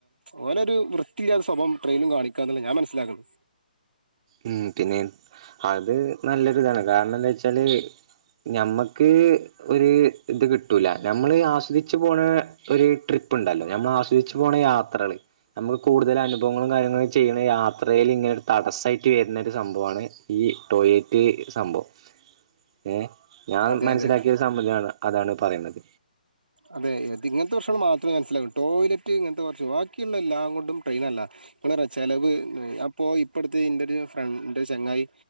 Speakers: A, on the right (about 85°); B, on the right (about 40°).
A: ഓലൊരു വൃത്തിയില്ലാത്ത സ്വഭാവം ട്രെയിനും കാണിക്കുകാന്നുള്ള ഞാൻ മനസ്സിലാക്കുന്നു.
B: ഉം പിന്നെ അത് നല്ലൊരു ഇതാണ് കാരണന്ന് വെച്ചാല് ഞമ്മക്ക് ഒരു ഇത് കിട്ടൂല്ല ഞമ്മള് ആശ്രയിച്ച് പോണ ഒരു ട്രിപ്പ് ഉണ്ടല്ലോ ഞമ്മൾ ആസ്വദിച്ച് പോണ യാത്രകൾ നമുക്ക് കൂടുതൽ അനുഭവങ്ങളും കാര്യങ്ങളും ചെയ്യണ യാത്രെൽ ഇങ്ങനെ ഒരു തടസ്സമായിട്ട് ട്ട് വരുന്നൊരു സംഭവാണ്, ഈ ടോയ്‌ലറ്റ് സംഭവം ഏ ഞാൻ
A: അതെ
B: മനസ്സിലാക്കിയ
A: അതെ
B: ഒരു സംഭവ ഇതാണ്. അതാണ് പറയുന്നത്.
A: അതെ ഇങ്ങനത്തെ പ്രശ്നം മാത്രമേ മനസ്സിലാകൂ ടോയ്ലറ്റ് ഇങ്ങനത്തെ കുറച്ച് ബാക്കിയുള്ള എല്ലാം കൊണ്ടും ട്രെയിൻ നല്ലതാ <unintelligible> ചെലവ് അപ്പോ ഇപ്പഴത്തെ എന്റൊരു ഫ്രണ്ട് ന്റെ ചെങ്ങായി